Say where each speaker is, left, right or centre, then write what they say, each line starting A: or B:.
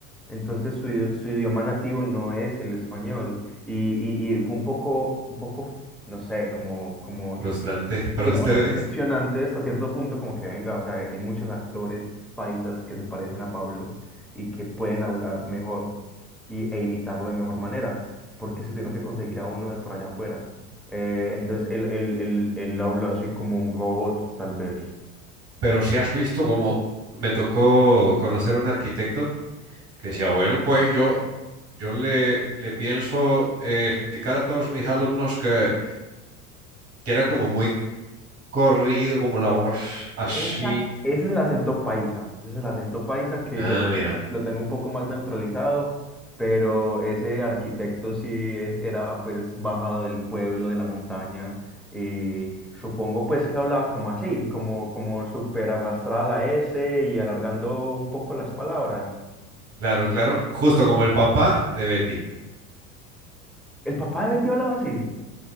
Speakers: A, in the centre; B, on the right.
A: Entonces su, idi- su idioma nativo no es el español. Y, y- y fue un poco, un poco, no sé, como, como
B: Frustrante <laughs> para
A: Digamos
B: ustedes.
A: que decepcionante hasta cierto punto, como que venga, o sea, hay, hay muchos actores paisas que se parecen a Pablo y que pueden hablar mejor y, e imitarlo de mejor manera, porque se tuvieron que conseguir a uno de por allá afuera. Eh, entonces él, él, él, él habla así como un robot, tal vez.
B: Pero si has visto como me tocó conocer un arquitecto que decía, bueno, pues yo, yo le, le pienso eh, explicar a todos mis alumnos que, que era como muy corrido, como la voz así.
A: Esa, ese es el acento paisa, ese es el acento paisa que
B: Ah,
A: de pronto
B: mira,
A: lo tengo un poco más neutralizado, pero ese arquitecto sí es- era pues bajado del pueblo, de la montaña, y supongo pues que hablaba como así, como, como súper arrastrada la S y alargando un poco las palabras.
B: claro, claro, justo como el papá de Betty.
A: ¿El papá de Betty hablaba así?